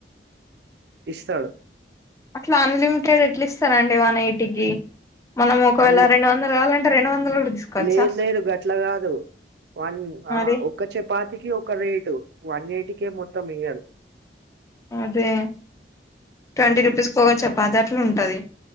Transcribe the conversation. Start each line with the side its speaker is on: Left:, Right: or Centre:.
Right: పిస్తాడు
Left: అట్లా అన్లిమిటెడ్ ఎట్లా ఇస్తారండి వన్ ఎయిటీకిి మనం ఒకవేళ
Right: అన్లే
Left: రెండు వందలు కావాలం రెండు వందలు కూడా తీసుకోవచ్చా
Right: లేదు లేరు గట్ల కాదు వన్
Left: మరి
Right: ఆ ఒక్క చపాతికి ఒక రేటు వన్ ఎయిటీ కే మొత్తం ఇయ్యరు
Left: అదే ట్వంటీ రూపీస్ ఒగ చపాతీ అట్లా ఉంటది